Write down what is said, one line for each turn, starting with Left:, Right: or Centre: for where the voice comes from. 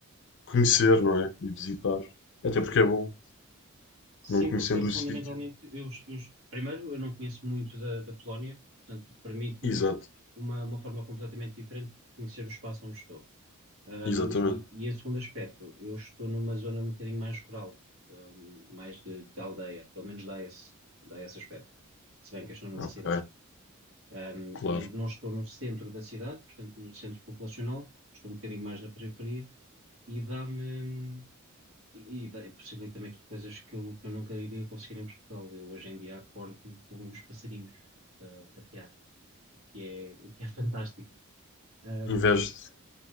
Left: conhecer, não é? E visitar. Até porque é bom,
Right: Sim,
Left: não conhecendo
Right: porque fundamentalmente
Left: o sítio.
Right: eu, eu primeiro eu não conheço muito da, da Polónia, portanto permite-me
Left: Exato,
Right: uma, uma forma completamente diferente de conhecer o espaço onde estou. Ahm,
Left: exatamente.
Right: e, e em segundo aspecto, eu estou numa zona um bocadinho mais rural, ahm, mais de, de aldeia, pelo menos dá esse, dá esse aspecto, se bem que eu estou numa
Left: Ok,
Right: cidade. Ahm,
Left: claro.
Right: eu não estou no centro da cidade, portanto no centro populacional, estou um bocadinho mais na periferia e dá-me e, e dá- possibilita-me aqui coisas que eu, que eu nunca iria conseguir em Portugal. Eu hoje em dia acordo com os passarinhos ah, a piar, o que é, <laughs> o que é <laughs> fantástico. Ahm,
Left: Investe,